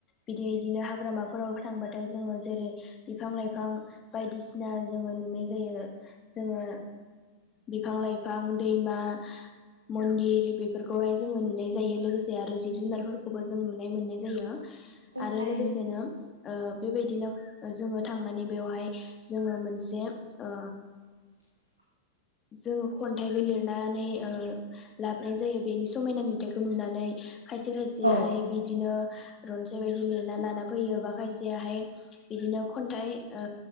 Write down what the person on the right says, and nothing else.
औ
थारैनो
<inaudible>
औ